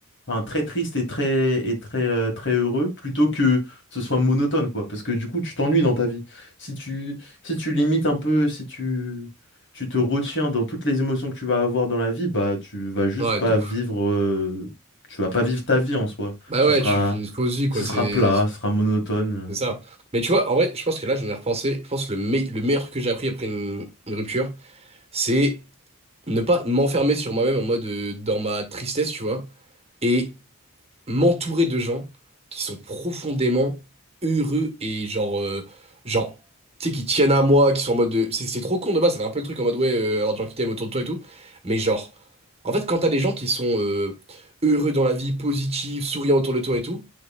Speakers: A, on the left (about 55°); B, on the right (about 30°).
A: enfin, très triste et très et très euh, très heureux plutôt que ce soit monotone quoi parce que du coup tu t'ennuies dans ta vie. Si tu si tu limites un peu, si tu tu te retiens dans toutes les émotions que tu vas avoir dans la vie, bah tu vas juste
B: Ouais,
A: pas
B: de ouf.
A: vivre euh, tu vas pas vivre ta vie en soi.
B: Bah
A: Tu
B: ouais,
A: seras
B: tu vis une fausse vie, quoi,
A: ce
B: c'est
A: sera plat, ce sera monotone.
B: c'est ça. Mais tu vois, en vrai, je pense que là, j'en ai repensé. Je pense que le, me- le meilleur que j'ai appris après une, une rupture, c'est ne pas m'enfermer sur moi-même en mode euh, dans ma tristesse, tu vois. Et m'entourer de gens qui sont profondément heureux et genre, euh, genre, tu sais, qui tiennent à moi, qui sont en mode. de- C'est c'est trop con de base, ça fait un peu le truc en mode ouais, euh, avoir des gens qui t'aiment autour de toi et tout. Mais genre, en fait, quand t'as des gens qui sont euh, heureux dans la vie, positifs, souriants autour de toi et tout,